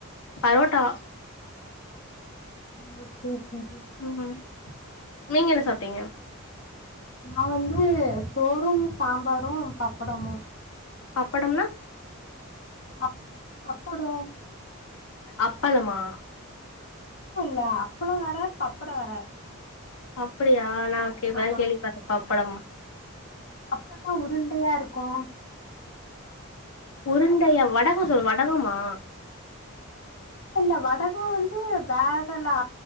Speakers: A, on the left; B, on the left.
A: பரோட்டா
B: ஓகே சரி
A: ம் நீங்க என்ன சாப்டிங்க
B: நா வந்து சோறும் சாம்பாரு பப்படமு
A: அப்படம்னா
B: அப் அப்படோ
A: அப்பளமா
B: இல்ல அப்பளோ வேற பப்படோ வேற
A: அப்டியா நா இப்பதா
B: ஆமா
A: கேள்விபட்ற பப்படம்
B: பப்படம்னா உருண்டையா இருக்கு
A: உருண்டையா வடகம் சொல் வடகமா
B: இல்ல வடகோ வந்து வேறலா